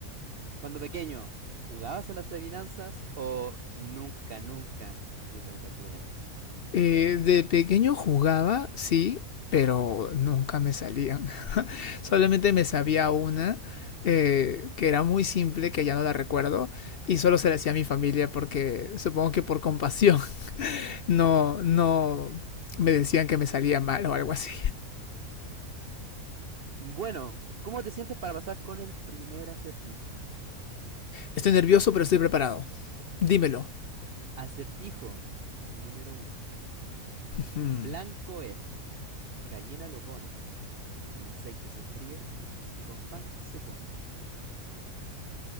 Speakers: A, on the right; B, on the left.
A: Cuando pequeño, ¿jugabas a las adivinanzas o nunca, nunca tuviste contacto con ellas?
B: Eh, de pequeño jugaba, sí, pero nunca me salían. <laughs> Solamente me sabía una eh, que era muy simple, que ya no la recuerdo, y solo se la hacía a mi familia porque supongo que por compasión. no, no me decían que me salía mal o algo así.
A: Bueno, ¿cómo te sientes para pasar con el primer acertijo?
B: Estoy nervioso, pero estoy preparado. Dímelo.
A: Acertijo número uno.
B: Hmm.
A: Blanco es, gallina lo pone, con aceite se fríe y con pan se come.